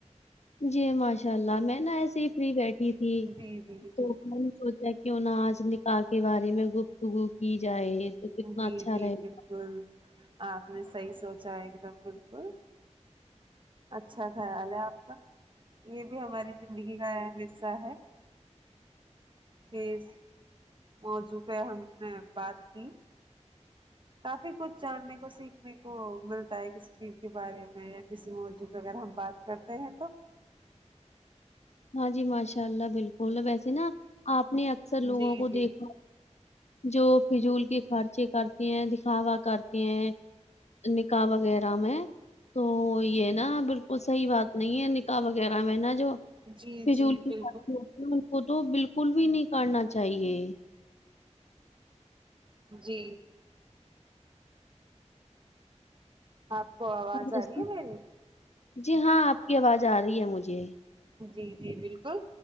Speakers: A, on the left (about 65°); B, on the right (about 40°).
A: جی ماشاء اللہ میں نا ایسے ہی فری بیٹھی تھی
B: جی جی
A: تو
B: جی
A: سوچا کیوں نا آج نکاح کے بارے میں گفتگو کی جائے تو کتنا
B: جی
A: اچھا
B: جی
A: رہے
B: بالکل
A: گا
B: آپ نے صحیح سوچا ایک دم بالکل اچھا خیال ہے آپ کا یے بھی ہماری زندگی کا اہم حصہ ہے کس موضوع پے ہم نے بات کی کافی کچھ جاننے کو سیکھنے کو ملتا ہے کسی چیز کے بارے میں یا کسی موضوع پے اگر ہم بات کرتے ہیں تو
A: ہاں جی ماشاء اللہ بالکل ویسے نا آپ نے اکثر لوگوں
B: جی
A: کو
B: جی
A: دیکھا جو فضول کے خرچے کرتی ہیں دکھاوا کرتی ہیں نکاح وغیرہ میں تو یے نا بالکل صحیح بات نہیں ہے نکاح وغیرہ میں نا جو
B: جی
A: فضول
B: جی
A: کے
B: بالکل
A: خزچے ہوتے ان کو تو بالکل بھی نہیں کرنا چاہیے
B: جی آپ کو آواز
A: اور ویسے
B: آ رہی ہے میری
A: جی ہاں آپ کی آواز آ رہی ہے مجھے
B: جی جی بالکل